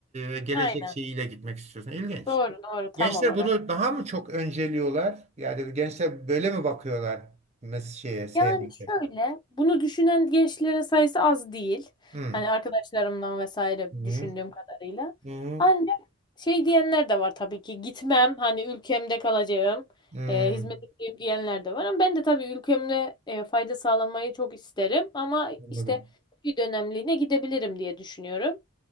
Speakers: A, on the right (about 30°); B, on the left (about 20°).
A: e, gelecek
B: Aynen.
A: şeyiyle gitmek istiyorsun. İlginç.
B: Doğru doğru tam
A: Gençler
B: olarak.
A: bunu daha mı çok önceliyorlar? Yani gençler böyle mi bakıyorlar mes şeye, seyahate?
B: Yani şöyle, bunu düşünen gençlerin sayısı az değil.
A: Hmm.
B: Hani arkadaşlarımdan vesaire
A: Hmm.
B: düşündüğüm kadarıyla.
A: Hmm.
B: Ancak şey diyenler de var tabii ki gitmem, hani ülkemde kalacağım,
A: Hmm.
B: e, hizmet edeceğim diyenler de var. Ama ben de tabii ülkemde e, fayda sağlamayı çok isterim. Ama
A: Anladım.
B: işte bir dönemliğine gidebilirim diye düşünüyorum.